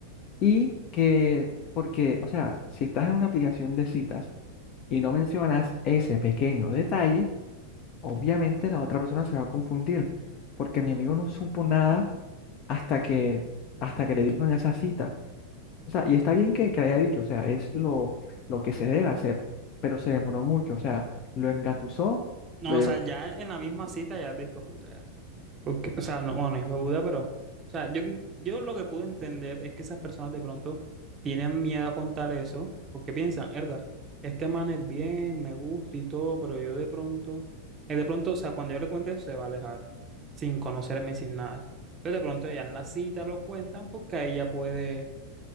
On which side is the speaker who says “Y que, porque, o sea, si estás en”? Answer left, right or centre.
Left